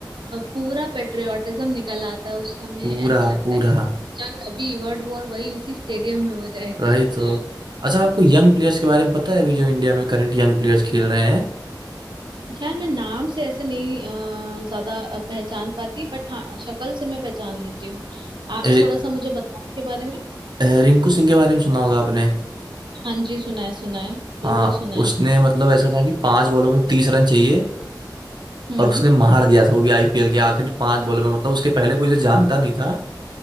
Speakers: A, on the right; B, on the right.
A: पूरा पेट्रियोटिज्म निकल आता है उस समय
B: पूरा
A: ऐसा लगता
B: पूरा
A: है कि जंग अभी वर्ल्ड वॉर वही उसी स्टेडियम में हो जाएगा
B: राइट तो अच्छा
A: <laughs>
B: आपको यंग प्लेयर्स के बारे में पता है अभी जो इंडिया में करंट यंग प्लेयर्स खेल रहे हैं
A: यार मैं नाम से ऐसे नहीं अ, ज्यादा अ, पहचान पाती बट हाँ शक्ल से मैं पहचान लेती हूँ आप
B: ए-
A: थोड़ा सा मुझे बताओ के बारे में
B: ए- रिंकू सिंह के बारे में सुना होगा आपने
A: हाँ जी सुना है सुना है बिल्कुल
B: हाँ
A: सुना है
B: उसने मतलब ऐसा था कि पांच बॉलों में तीस रन चाहिए
A: हम्म
B: और उसने मार दिया था वो भी आईपीएल के आखिरी पांच बॉलों में मतलब उसके पहले कोई उसे जानता नहीं था